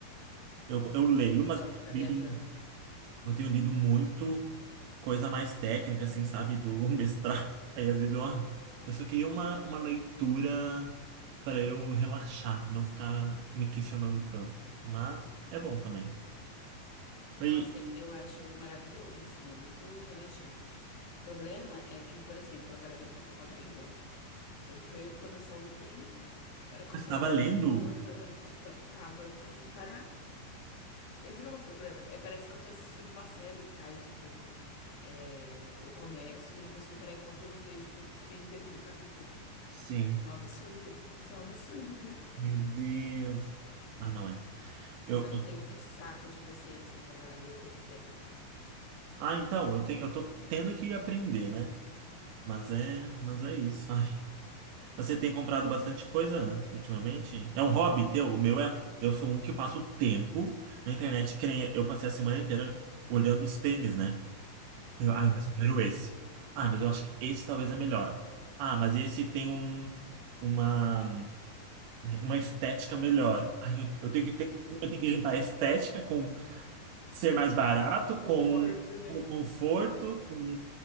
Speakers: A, on the right; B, on the left.
A: Eu, eu leio,
B: Eu
A: mas
B: adoro
A: eu tenho
B: ficar viajando.
A: lido, eu tenho lido muito coisa mais técnica, assim, sabe? Do <laughs> mestrado. Aí às vezes eu, ai, eu só queria uma, uma leitura para eu relaxar, não ficar me questionando tanto. Mas é bom também. E
B: Nossa, eu acho maravilhoso, assim, é muito relaxante. O Problema é que, por exemplo, agora mesmo eu tava lendo, ó, eu perco a noção do tempo. A hora que
A: eu
B: eu
A: estava
B: pego,
A: lendo?
B: assim, eu, como eu falei, eu não consigo parar. Tava, eu não consigo parar. <laughs> Esse que é o meu problema. É, parece que eu tô assistindo uma série. Aí, tipo, é, eu começo e não consigo parar enquanto eu não vejo o fim daquele capítulo.
A: Sim.
B: É um absurdo. <laughs> Isso é um absurdo. <laughs>
A: Meu Deus. Ah, não é.
B: Mas
A: Eu,
B: eu não
A: eu-
B: tenho um saco de paciência pra ler coisa técnica.
A: Ah, então, eu tenho, eu tô tendo que aprender, né? Mas é, mas é isso. <laughs> Ai. Você tem comprado bastante coisa ultimamente? É um hobby teu? O meu é. Eu sou um que passo o tempo na internet. que nem Eu passei a semana inteira olhando os tênis, né? Aí eu, ai, mas eu quero esse. Ah, mas eu acho que esse talvez é melhor. Ah, mas esse tem um, uma, uma estética melhor. Ai, eu, eu tenho que ter, eu tenho que juntar estética com ser mais barato,
B: O conforto,
A: com,
B: né?
A: com conforto, com